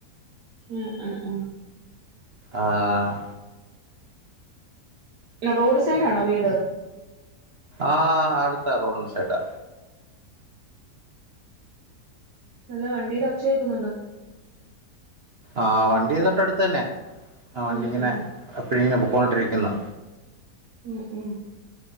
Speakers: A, on the right; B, on the right.
A: ആഹ് ആ
B: ആഹ്‌
A: റോഡ് സൈഡ് ആണോ വീട്
B: ആഹ്‌ അടുത്താ റോഡിന്റെ സൈഡാ
A: നല്ല വണ്ടീടെ ഒച്ചകേക്കുന്നുണ്ട്
B: ആഹ്‌ വണ്ടി തൊട്ടടുത്ത് തന്നെയാ ആ വണ്ടി
A: ഉം
B: ഇങ്ങനെ
A: ഉം
B: എപ്പഴും ഇങ്ങനെ പൊക്കണ്ടോണ്ടിരിക്ക്ന്ന്
A: ഉം ഉം